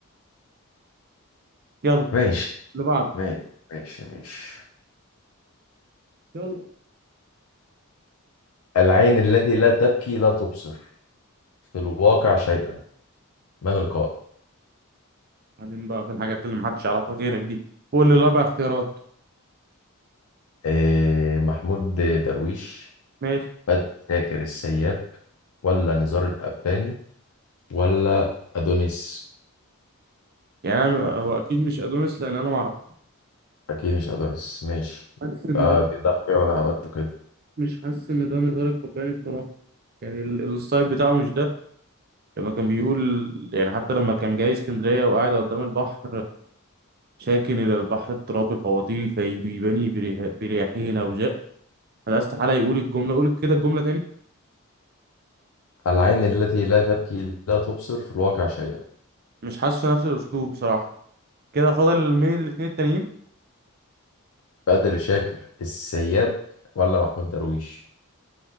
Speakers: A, on the right; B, on the left.
A: يلا
B: ماشي
A: لبعض
B: ماشي ماشي ماشي
A: يلا
B: العين التي لا تبكي لا تبصر في الواقع شيئا من القائل
A: بعدين بقى في الحاجات اللي محدش يعرفها غيرك دي قول لي الاربع اختيارات
B: إيه محمود درويش
A: ماشي
B: بدر شاكر السياب ولا نزار القباني ولا أدونيس
A: يعني انا هو اكيد مش ادونيس لان انا ما اعرف
B: أكيد مش أدونيس ماشي
A: حاسس
B: ده
A: ان ده
B: ده ده اختيار أنا هبته كده
A: مش حاسس ان ده نزار القباني بصراحه يعني ال- الستايل بتاعه مش ده لما كان بيقول يعني حتى لما كان جاي اسكندرية وقاعد قدام البحر شاكن إلى البحر اضطرابي خواطري فيجيبني بريح- برياحه الهوجاء هذا استحالة يقول الجملة قول كده الجملة تاني
B: العين التي لا تبكي لا تبصر في الواقع شيئا
A: مش حاسس نفس الأسلوب بصراحة كده فاضل مين الاتنين التانيين
B: بدر شاكر السياب ولا محمود درويش